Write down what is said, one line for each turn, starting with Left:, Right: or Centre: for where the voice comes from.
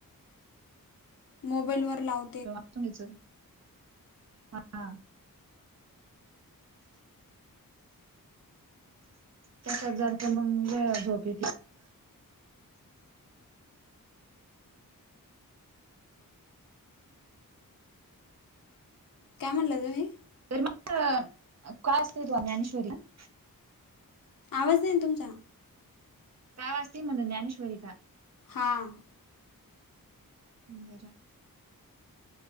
Left: मोबाईलवर लाव.
Right: कवा वाचन घ्यायचं हा हा. सात <inaudible> हजारचा मंग झोपे त
Left: का म्हणालं तुम्ही.
Right: तर मग काय असते तू ज्ञानेश्वरीला ना.
Left: आवाज देईन तुमचा.
Right: काय वाजते मला ज्ञानेश्वरीचा.
Left: ''हां''
Right: मंदरा.